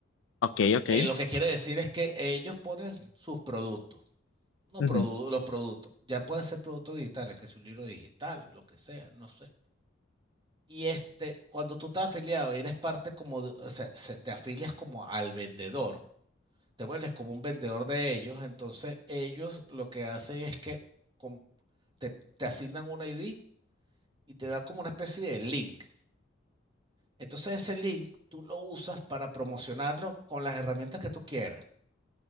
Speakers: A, on the left; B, on the right.
A: Ok, ok.
B: Eh, lo que quiere decir es que ellos ponen sus productos no,
A: Ujú,
B: produ- los productos. Ya pueden ser productos digitales, que es un libro digital, lo que sea, no sé. Y este, cuando tú estás afiliado y eres parte como, de- o sea, se- te afilias como al vendedor, te vuelves como un vendedor de ellos, entonces ellos lo que hacen es que com- te, te asignan un ID y te dan como una especie de link. Entonces ese link tú lo usas para promocionarlo con las herramientas que tú quieras.